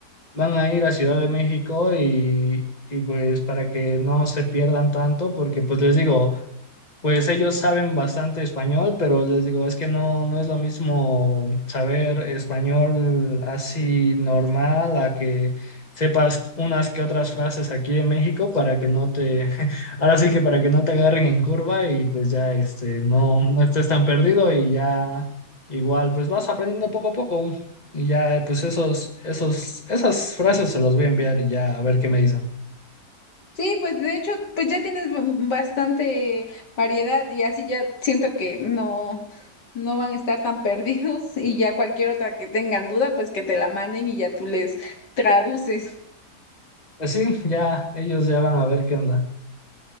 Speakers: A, on the left; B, on the left.
A: van a ir a Ciudad de México y, y pues para que no se pierdan tanto, porque pues les digo, Pues ellos saben bastante español, pero les digo, es que no, no es lo mismo saber español así normal a que sepas unas que otras frases aquí de México para que no te, <laughs> ahora sí que para que no te agarren en curva y pues ya este, no, no estés tan perdido y ya igual pues vas aprendiendo poco a poco y ya pues esos, esos, esas frases se las voy a enviar y ya a ver qué me dicen.
B: Sí, pues de hecho, pues ya tienes b- bastante variedad y así ya siento que no, no van a estar tan perdidos y ya cualquier otra que tengan duda, pues que te la manden y ya tú les traduces.
A: Pues sí, ya ellos ya van a ver qué onda.